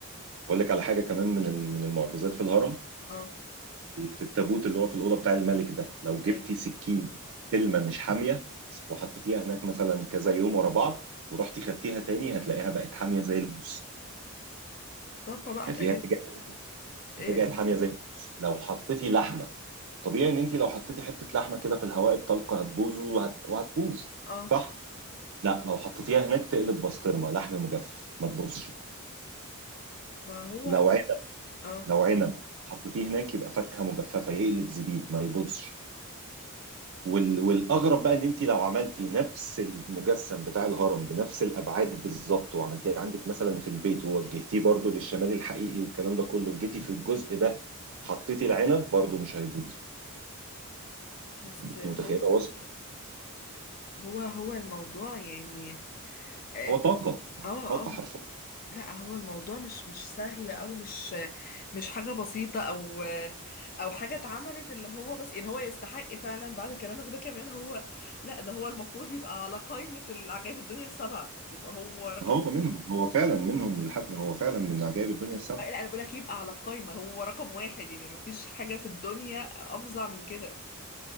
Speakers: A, on the right; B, on the left.
A: أقول لك على حاجة كمان من ال- من المعجزات في الهرم
B: اه
A: في التابوت اللي هو في الأوضة بتاع الملك ده لو جبتي
B: اي
A: سكين سلمة مش حامية وحطيتيها هناك مثلا كذا يوم ورا بعض ورحتي خدتيها تاني هتلاقيها بقت حامية زي الموس
B: طاقة بقى
A: هتلاقيها
B: هتجد
A: رجعت
B: ايه
A: رجعت حامية زي الموس لو حطيتي لحمة طبيعي ان انت لو حطيتي حتة لحمة كده في الهواء الطلق هتبوظ وهت... وهتبوظ
B: اه
A: صح؟ لا لو حطيتيها هناك تقلب بسطرمة لحم مجفف ما تبوظش
B: ما هو
A: لو عنب
B: اه
A: لو عنب حطيتيه هناك يبقى فاكهة مجففة يقلب زبيب ما يبوظش وال... والاغرب بقى ان انت لو عملتي نفس المجسم بتاع الهرم بنفس الابعاد بالظبط وعملتيه عندك مثلا في البيت ووجهتيه برضو للشمال الحقيقي والكلام ده كله وجيتي في الجزء ده حطيتي العنب برضو مش هيبوظ
B: بس
A: انت متخيله
B: هو
A: وصل
B: هو هو الموضوع يعني اه
A: هو طاقه
B: اه
A: طاقه
B: آه.
A: حرفيا
B: لا هو الموضوع مش مش سهل او مش مش حاجه بسيطه او او حاجه اتعملت اللي هو بس ان هو يستحق فعلا بعد كلامك ده كمان هو لا ده هو المفروض يبقى على قائمه العجائب الدنيا السبعه يبقى هو رقم
A: هو
B: واحد
A: منهم هو فعلا منهم ولحد هو فعلا من عجائب الدنيا السبعه
B: لا انا بقول لك يبقى على القائمه هو رقم واحد يعني مفيش حاجه في الدنيا افظع من كده